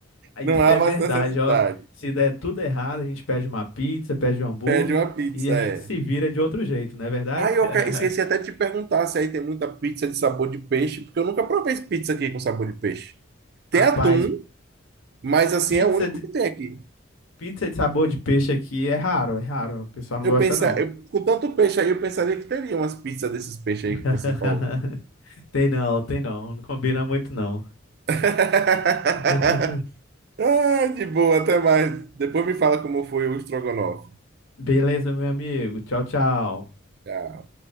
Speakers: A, on the left; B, on the right.
A: Ah, Isso
B: Não há
A: é
B: mais
A: verdade,
B: necessidade.
A: ó. Se der tudo errado, a gente pede uma pizza, pede um hambúrguer
B: Pede uma pizza,
A: e a gente
B: é.
A: se vira de outro jeito, não é verdade?
B: Aí eu
A: <laughs>
B: que- esqueci até de te perguntar se aí tem muita pizza de sabor de peixe, porque eu nunca provei pizza aqui com sabor de peixe. Tem
A: Rapaz,
B: atum, mas assim
A: pizza
B: é o único
A: de,
B: que tem aqui.
A: pizza de sabor de peixe aqui é raro, é raro. O pessoal não
B: Eu
A: gosta,
B: pensei,
A: não.
B: eu- com tanto peixe aí, eu pensaria que teria umas pizzas desses peixes aí
A: <laughs>
B: que você falou.
A: Tem não, tem não. Não combina muito não.
B: <laughs>
A: <laughs>
B: Ah, de boa, até mais. Depois me fala como foi o estrogonofe.
A: Beleza, meu amigo. Tchau, tchau.
B: Tchau.